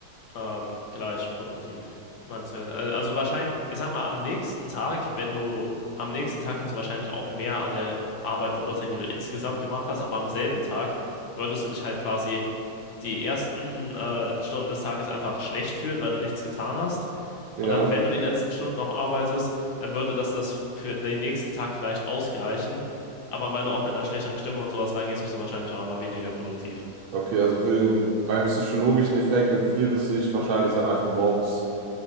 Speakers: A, on the left; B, on the right.
A: Ähm, gleich produktiv, meinst du jetzt? Also, also wahrscheinlich, ich sag mal, am nächsten Tag, wenn du, am nächsten Tag kannst du wahrscheinlich auch mehr an der Arbeit beurteilen, die du insgesamt gemacht hast, aber am selben Tag würdest du dich halt quasi die ersten äh, Stunden des Tages einfach schlecht fühlen, weil du nichts getan hast.
B: Ja,
A: Und dann, wenn du die letzten Stunden noch arbeitest, dann würde das das für den nächsten Tag vielleicht ausgleichen. Aber weil du auch mit einer schlechteren Stimmung und sowas reingehst, bist du wahrscheinlich auch einfach weniger produktiv.
B: okay, also für den rein psychologischen Effekt empfiehlt es sich wahrscheinlich dann einfach morgens